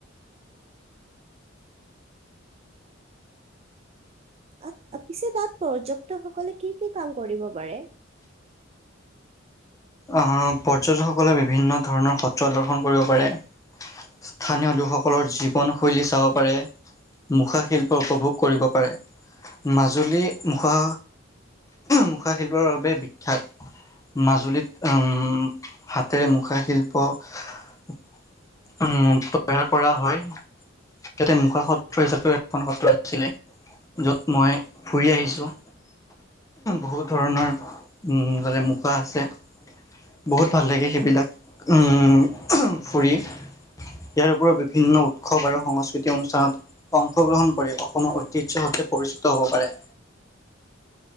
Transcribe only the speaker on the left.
আহ পৰ্যটকসকলে বিভিন্ন ধৰণৰ সত্ৰ দৰ্শন কৰিব পাৰে স্থানীয় লোকসকলৰ জীৱনশৈলী চাব পাৰে মুখাশিল্প উপভোগ কৰিব পাৰে মাজুলী মুখা মুখাশিল্পৰ বাবে বিখ্যাত মাজুলীত উম হাতেৰে মুখাশিল্প উ তৈয়াৰ কৰা হয় ইয়াতে মুখা সত্ৰ হিচাপেও এখন সত্ৰ আছিলে যত মই ফুৰি আহিছো বহুত ধৰণৰ উম তাতে মুখা আছে বহুত ভাল লাগে সেইবিলাক উম ফুৰি ইয়াৰ উপৰিও বিভিন্ন উৎসৱ আৰু সংস্কৃতি অনুষ্ঠানত অংশগ্ৰহণ কৰি অসমৰ ঐতিহ্যৰ সৈতে পৰিচিত হব পাৰে